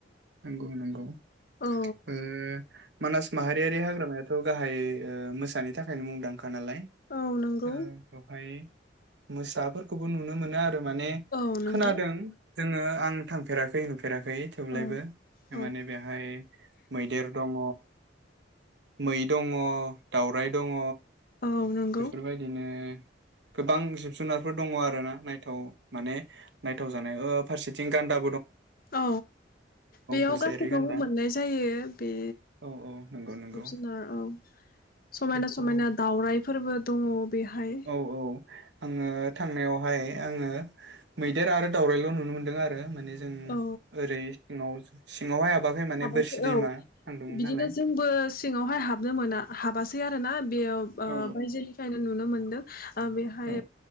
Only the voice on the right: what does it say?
नोंगौ नोंगौ
ओ मानास माहारियारि हाग्रामाया थ' गाहाय ओ मोसानि थाखायनो मुंदांखा नालाय
ओ बेवहाय मोसाफोरखौबो नुनो मोनो आरो माने
खोनादों जोङो आं थांफेराखै नुफेराखै। ब <unintelligible> लायबो
माने
बेहाय मैदेर दङ मै दङ दावराइ दङ
बेफोरबायदिनो ओ गोबां जिब जुनारफोर दङ आरोना नायथाव माने नायथाव जानाय ओ फारसेथिं गान्दा
थसेयारि
गान्दा
औ औ नंगौ
नंगौ
बेखौ
औ आङो थांनायावहाय आङो मैदेर आरो दावउरायाइल' नुनो मोनदों आरो माने जों
ओरै सिाव सिङावहाय हाबाखै माने
बोरसि दैमा
थांदोंमोन
नालाय
औ
औ